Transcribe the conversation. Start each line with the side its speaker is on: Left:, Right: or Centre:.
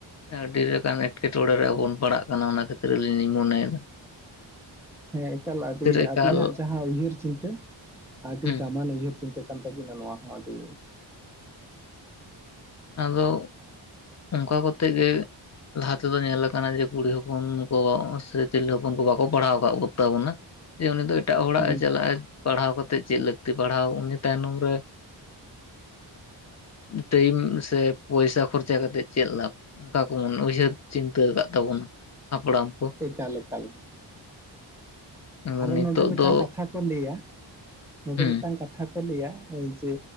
Left: ᱟᱹᱰᱤ ᱞᱮᱠᱟᱱ ᱮᱸᱴᱠᱮᱴᱚᱚᱲᱮ ᱨᱮ ᱟᱵ ᱵᱚᱱ ᱯᱟᱲᱟᱜ ᱠᱟᱱᱟ ᱾ ᱚᱱᱟ ᱠᱷᱟᱹᱛᱤᱨ ᱟᱞᱤᱧ ᱞᱤᱧ ᱢᱚᱱᱮᱭᱮᱫᱟ ᱾
Centre: <inaudible> ᱦᱮᱸ ᱮᱠᱟᱞ ᱟᱹᱰᱤ
Left: ᱮᱠᱟᱞ
Centre: ᱟᱹᱵᱤᱱᱟᱜ ᱡᱟᱦᱟᱸ ᱩᱭᱦᱟᱹᱨ ᱪᱤᱱᱛᱟᱹ, ᱟᱹᱰᱤ
Left: ᱦᱩᱸ
Centre: ᱫᱟᱢᱟᱱ ᱩᱭᱦᱟᱹᱨ ᱪᱤᱱᱛᱟᱹ ᱾ ᱠᱟᱱ ᱛᱟᱵᱤᱱᱟ ᱱᱚᱣᱟ ᱦᱚᱸ ᱟᱹᱰᱤ
Left: ᱟᱫᱚ ᱚᱱᱠᱟ ᱠᱚᱛᱮᱜᱮ ᱞᱟᱦᱟ ᱛᱮᱫᱚ ᱧᱮᱞ ᱟᱠᱟᱱᱟ ᱡᱮ ᱠᱩᱲᱤ ᱦᱚᱯᱚᱱ ᱠᱚ ᱥᱮ ᱛᱤᱨᱞᱟᱹ ᱦᱚᱯᱚᱱ ᱠᱚ ᱵᱟᱠᱚ ᱯᱟᱲᱦᱟᱣ ᱟᱠᱟᱫ ᱛᱟᱵᱚᱱᱟ ᱾ ᱡᱮ ᱩᱱᱤ ᱫᱚ ᱮᱴᱟᱜ ᱦᱚᱲᱟᱜ
Centre: ᱦᱩᱸ
Left: ᱮ ᱪᱟᱞᱟᱜᱼᱟ ᱯᱟᱲᱦᱟᱣ ᱠᱟᱛᱮᱜ ᱪᱮᱫ ᱞᱟᱹᱠᱛᱤ ᱯᱟᱲᱦᱟᱣ ᱩᱱᱤ ᱛᱟᱭᱱᱚᱢ ᱨᱮ ᱴᱟᱭᱤᱢ ᱥᱮ ᱯᱚᱭᱥᱟ ᱠᱷᱚᱨᱪᱟ ᱠᱟᱛᱮ ᱪᱮᱫ ᱞᱟᱵᱷ ᱚᱱᱠᱟ ᱠᱚᱱ ᱩᱭᱦᱟᱹᱨ ᱪᱤᱱᱛᱟᱹ ᱟᱠᱟᱫ ᱛᱟᱵᱚᱱᱟ ᱦᱟᱯᱲᱟᱢᱠᱚ ᱾
Centre: ᱮᱠᱟᱞ, ᱮᱠᱟᱞ
Left: ᱟᱫᱚ
Centre: ᱟᱨᱚ
Left: ᱱᱤᱛᱚᱜ
Centre: ᱱᱚᱰᱮ ᱢᱤᱫᱴᱟᱝ
Left: ᱫᱚ
Centre: ᱠᱟᱛᱷᱟ ᱠᱚ ᱞᱟᱹᱭᱟ ᱱᱚᱰᱮ
Left: ᱦᱩᱸ
Centre: ᱢᱤᱫᱴᱟᱝ ᱠᱟᱛᱷᱟ ᱠᱚ ᱞᱟᱹᱭᱟ ᱡᱮ,